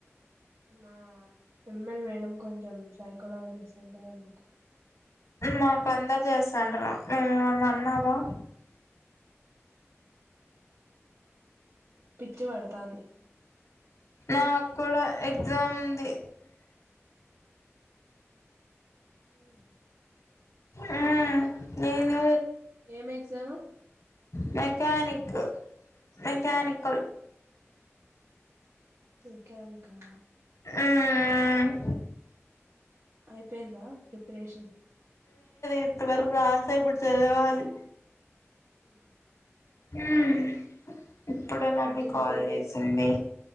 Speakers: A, on the right; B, on the left.
A: మా ఆ ఎంఎల్ మేడం కొంచెం సైకోలా జెస్ అంట అంటారు అందుకు
B: మాకు అందరు చేస్తాండ రా మేముమ అన్నావా
A: పిచ్చి పడతాన్నది
B: నాకు కూడా ఎగ్జామ్ ఉంది
A: ఉం
B: ఉమ్ ఏంది
A: ఏం ఎగ్జాము
B: మెకనిక్ మెకనిక్
A: మెకానికా
B: మ్మ్
A: అయిపోయిందా ప్రిపరేషన్
B: ఇప్పటివరకు రాస ఇప్పుడు చదవాలి.
A: ఉ
B: ఉమ్ ఇప్పుడే మమ్మీ
A: ఇంకేం
B: కాల్ చేసింది